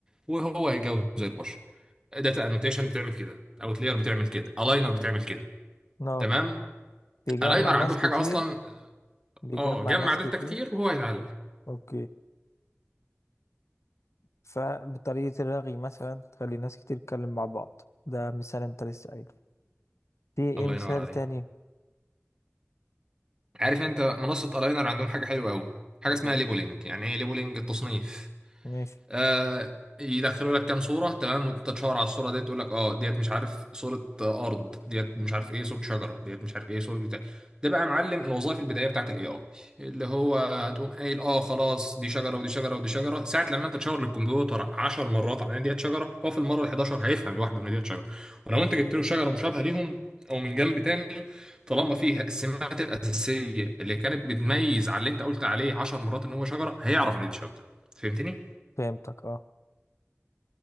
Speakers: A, on the right; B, on the left.
A: وهو هيجاوب زي البشر داتا انوتيشن بتعمل كده اوتلاير بتعمل كده الاينر بتعمل كده
B: اه
A: تمام
B: بيجمع
A: الاينر
B: ناس
A: عندهم حاجه
B: كتير
A: اصلا
B: بيجمع
A: اه جمع
B: ناس
A: داتا
B: كتير
A: كتير وهو يتعلم
B: اوكي فبطريقة الرغي مثلا تخلي ناس كتير تتكلم مع بعض ده مثال انت لسه قايله في ايه
A: الله
B: مثال
A: ينور عليك
B: تاني
A: عارف انت منصه الاينر عندهم حاجه حلوه قوي حاجه
B: لا،
A: اسمها ليبلنج يعني ايه ليبلنج التصنيف
B: ماشي
A: آه يدخلوا لك كام صورة تمام وانت تشاور على الصورة ديت تقول لك اه ديت مش عارف صورة آه، أرض ديت مش عارف ايه صورة شجرة ديت مش عارف ايه صورة بتاع ده بقى يا معلم الوظائف البدائية بتاعت الاي اي اللي هو هتقوم قايل اه خلاص دي شجرة ودي شجرة ودي شجرة ساعة لما انت تشاور للكمبيوتر 10 مرات على ان ديت شجرة هو في المرة ال 11 هيفهم لوحده ان ديت شجرة ولو انت جبت له شجرة مشابهة ليهم او من جنب تاني طالما فيها السمات الأساسية اللي كانت بتميز على اللي انت قلت عليه 10 مرات ان هو شجرة هيعرف ان دي شجرة فهمتني؟
B: فهمتك اه